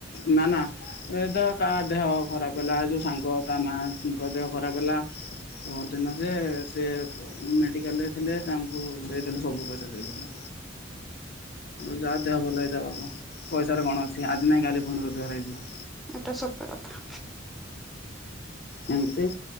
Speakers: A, on the left; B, in the centre.
A: ନା ନା। ଏ ତ କା ଦେହ ଖରାପ ହେଲା, ଯୋଉ ସାଙ୍ଗ ତା ମାଙ୍କ ଦେହ ଖରାପ ହେଲା। ପହରଦିନ ଯେ ସେ ମେଡିକାଲ ରେ ଥିଲେ, ତାଙ୍କୁ ଦେଇଦେନୁ ସବୁ ପଇସା ଦେଇଦେନୁ। ଯାହା ଦେହ ଭଲ ହେଇଯାଉ ପଇସାରେ କଣ ଅଛି ଆଜି ନାହିଁ କାଲି ପୁଣି ରୋଜକାର ହେଇଯିବ।
B: ଏଟା ସତ କଥା।
A: ହଁ ତ